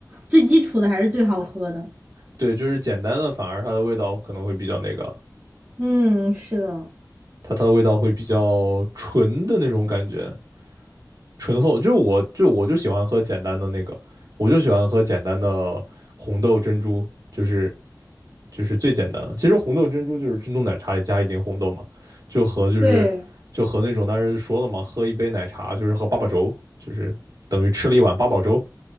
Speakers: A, on the right; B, on the right.
A: 最基础的还是最好喝的。
B: 对，就是简单的，反而它的味道可能会比较那个。
A: 嗯，是的，
B: 它它的味道会比较纯的那种感觉，醇厚。就是我就我就喜欢喝简单的那个，我就喜欢喝简单的红豆珍珠，就是就是最简单的。其实红豆珍珠就是珍珠奶茶里加一点红豆嘛，就和就是就和那种当时说了嘛，
A: 对，
B: 喝一杯奶茶就是喝八宝粥，就是等于吃了一碗八宝粥。